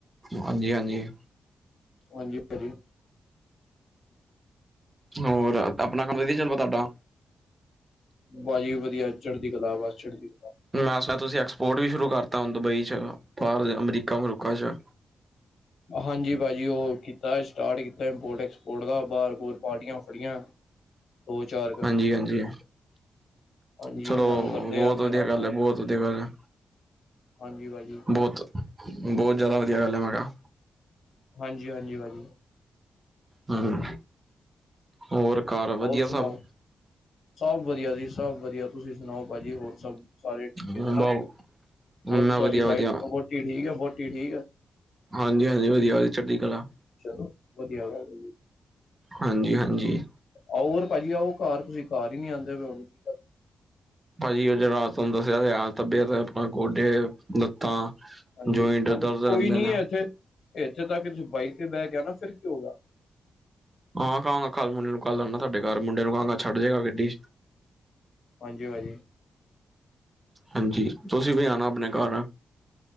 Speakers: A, on the right; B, on the left.
A: ਹਾਂਜੀ-ਹਾਂਜੀ।
B: ਉਝ ਹੀ ਕਦੀ
A: ਹੋਰ ਆਪਣਾ ਕੰਮ ਤਾਂ ਵਧਿਆ ਚੱਲਦਾ ਤੁਹਾਡਾ।
B: ਬਾਜੀ ਵਧੀਆ, ਚੜ੍ਹਦੀ ਕਲਾ ਬਸ ਚੜਦੀ
A: ਮੈ ਸੁਣਿਆ ਤੁਸੀਂ ਐਕਸਪੋਰਟ ਵੀ ਸ਼ੁਰੂ ਕਰਤਾ ਹੁ ਦੁਬਈ ਚ ਬਾਹਰ ਅਮਰੀਕਾ-ਅਮਰੂਕਾ ਚ।
B: ਹਾਂਜੀ ਭਾਜੀ, ਉਹ ਕੀਤਾ ਸਟਾਰਟ ਕੀਤਾ ਇੰਪੋਰਟ ਐਕਸਪੋਰਟ ਦਾ ਬਾਰ ਬੁ ਪਾਰਟੀਆਂ ਫੜੀਆਂ। ਦੋ ਚਾਰ ਕੁ
A: ਹਾਂਜੀ-ਹਾਂਜੀ।
B: ਹਾਂਜੀ
A: ਚਲੋ
B: ਉਹਨਾਂ ਨੂੰ ਕਰਦੇ
A: ਬਹੁਤ
B: ਆ ਫਿਰ
A: ਵਧੀਆ
B: ਆਪਣਾ
A: ਗੱਲ ਹੈ-ਬਹੁਤ ਵਧੀਆ ਗੱਲ ਹੈ।
B: ਹਾਂਜੀ ਪਾਜੀ।
A: ਬੋਤ। ਬੋਤ ਜਾਦਾ ਵਦੀਆ ਗੱਲ ਏ, ਮੈਂ ਕਹਾ।
B: ਹਾਂਜੀ-ਹਾਂਜੀ ਭਾਜੀ।
A: ਹਾਂ, ਹੋਰ ਕਾਰ ਵਦੀਆ
B: ਹੋਰ ਸੁਣਾਓ
A: ਸਭ।
B: ਸਭ ਵਦੀਆ ਜੀ, ਸਭ ਵਦੀਆ, ਤੁਸੀਂ ਸੁਣਾਓ? ਪਾਜੀ ਹੋਰ ਸਭ ਸਾਰੇ ਠੀਕ
A: ਮੈਂ
B: ਨੇ ਨਾ? ਹੋਰ ਤੁਆਡੀ
A: ਵਧੀਆ-ਵਧੀਆ,
B: ਵਾਈਫ, ਵੋਟੀ ਠੀਕ ਏ? ਵੋਟੀ ਠੀਕ ਏ?
A: ਹਾਂਜੀ-ਹਾਂਜੀ ਵਦੀਆ, ਚੜਦੀ ਕਲਾ।
B: ਚਲੋ, ਵਦੀਆ ਗੱਲ ਏ ਜੀ।
A: ਹਾਂਜੀ-ਹਾਂਜੀ।
B: ਆਓਰ ਪਾਜੀ ਆਔ ਕਾਰ, ਤੁਸੀਂ ਕਾਰ ਈ ਨਈ ਆਂਦੇ ਬਏ ਹੁਣ। ਗੱਲ
A: ਪਾਜੀ ਉਹ ਜੇਹੜਾ ਤੁਆਨੂੰ ਦੱਸਿਆ ਤੇ ਏ, ਤੱਬੀਅਤ ਆਪਣਾ ਗੋਡੇ, ਲੱਤਾਂ
B: ਹਾਂਜੀ,
A: ਜੋਇੰਟ ਦਰਦ
B: ਹਾਂਜੀ
A: ਰਹਿੰਦੇ
B: ਕੋਈ ਨੀ
A: ਨੇ,
B: ਏਥੇ, ਏਥੇ ਤੱਕ ਤੁਸੀਂ ਬਾਈਕ ਤੇ ਬੇਹ ਕੇ ਆਨਾ, ਫਿਰ ਕਿ ਹੋ ਗਆ।
A: ਹਾਂ ਕਾਂਗਾ ਕੱਲ ਮੁੰਡੇ ਨੂੰ, ਕੱਲ ਆਨਾ ਤੁਆਡੇ ਕਾਰ, ਮੁੰਡੇ ਨੂੰ ਕਾਂਗਾ ਛੱਡ ਜੇਗਾ ਗੱਡੀ
B: ਹਾਂਜੀ ਭਾਜੀ।
A: ਹਾਂਜੀ, ਤੁਸੀਂ ਵੀ ਆਣਾ ਅਪਣੇ ਕਾਰ,